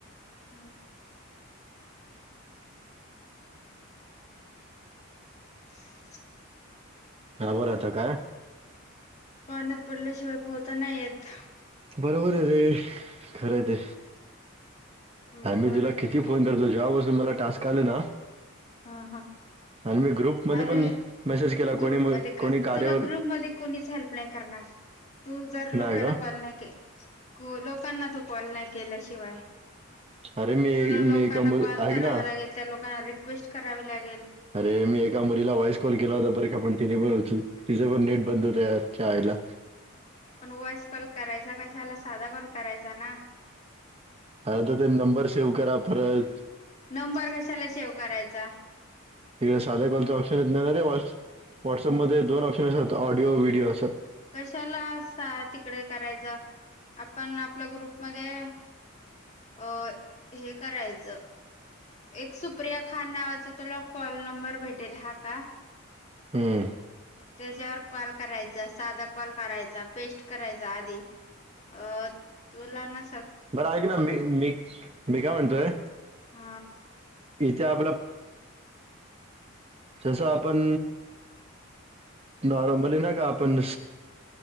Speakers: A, on the left (about 35°); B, on the right (about 30°).
A: हम्म ममयय
B: ह बोलाता काय
A: पाण्यात पडल्याशिवाय पोहताना येत
B: बरोबर आहे खरं ते
A: बरोबर
B: आ मही तुला
A: आहे की
B: किती
A: नाही
B: फोन करतो जबत त मला टास्क आले ना
A: हम् हम्
B: आणि मी ग्रुपमध्ये
A: अरे
B: पण मेसेज केला कोणी
A: ग्रुप
B: मग
A: म
B: कोणी कार्यावर
A: तुला ग्रुप म कोणीच हेल्प नाही करणार ब तू जर
B: नाही
A: लोकांना
B: का?
A: कॉल नाही के लोकांना तू कॉल नाही केल्याशिवाय
B: अरे मी
A: तुला लोकांना
B: मी एका मुली
A: कॉल
B: ऐक
A: करावा
B: ना
A: लागेल त्या लोकांना रिक्वेस्ट करावी लागेल
B: अरे मी एका मुलीला व्हॉइस कॉल केला होता बर का आपण तिने बोल पण नीट बंद होते च आईला
A: पण वॉइस कॉल करायचा कशाला साधा कॉल करायचा ना
B: आ आता ते नंबर सेव्ह करा परत
A: नंबर कशाला सेव्ह करायचा
B: तिकडे साध्या कॉल ऑप्शन येतणार रेटस व्हॉट्सअपमध्ये दोन ऑप्शन असात ऑडिओ व्हिडिओ असं
A: कशाला तिकडे करायचा आपण आपल्या ग्रुपमध्ये अ हे करायचं एक सुप्रिया खान नावाचा तुला कॉल नंबर भेटेल हा का
B: हम्म
A: त्याच्यावर कॉल करायचा साधा कॉल करायचा पेस्ट करायचा आधी अ तुलाना
B: बरं आहेऐक ना मी मी मी काय म्हणतोय
A: ह
B: इथे आपलं जसं आपण नॉर्मली ना का आपण